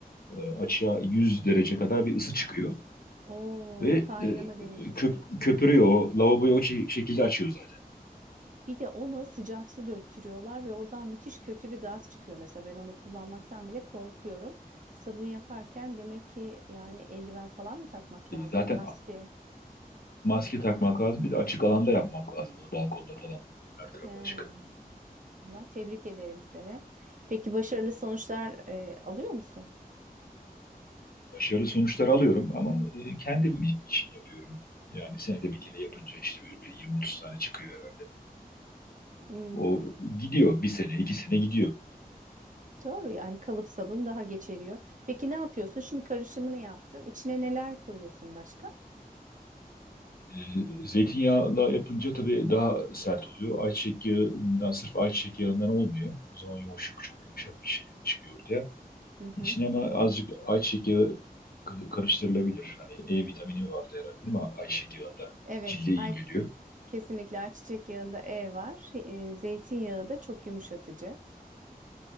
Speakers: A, on the left; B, on the right.
A: E, açığa 100 derece kadar bir ısı çıkıyor.
B: Oo,
A: Ve e,
B: kaynama derecesi.
A: köp- köpürüyor. O lavaboyu o şi- şekilde açıyor zaten.
B: Bir de ona sıcak su döktürüyorlar ve oradan müthiş kötü bir gaz çıkıyor. Mesela ben onu kullanmaktan bile korkuyorum. Sabun yaparken demek ki yani eldiven falan mı takmak lazım?
A: E, zaten
B: Maske.
A: maske takmak lazım. Bir de açık alanda yapmak lazım onu. Balkonda falan. Her tarafı
B: He,
A: açık.
B: Allah tebrik ederim seni. Peki başarılı sonuçlar e, alıyor musun?
A: Başarılı sonuçlar alıyorum ama e, kendim için yapıyorum. Yani senede bir kere yapınca işte böyle 20-30 tane çıkıyor herhalde.
B: Hmm.
A: O gidiyor. Bir sene, iki sene gidiyor.
B: Doğru yani kalıp sabun daha geç eriyor. Peki ne yapıyorsun? Şimdi karışımını yaptın. İçine neler koyuyorsun başka?
A: E, Zeytinyağla yapınca tabii daha sert oluyor. Ayçiçek yağından, sırf ayçiçek yağından olmuyor. O zaman yumuşak, çok yumuşak bir şey çıkıyor ortaya.
B: Hı hı.
A: İçine ama azıcık ayçiçek yağı kı- karıştırılabilir. Hani E vitamini vardı herhalde değil mi? Ayçiçek yağında
B: Evet,
A: cilde iyi
B: ay
A: geliyor.
B: kesinlikle ayçiçek yağında E var. E, zeytinyağı da çok yumuşatıcı.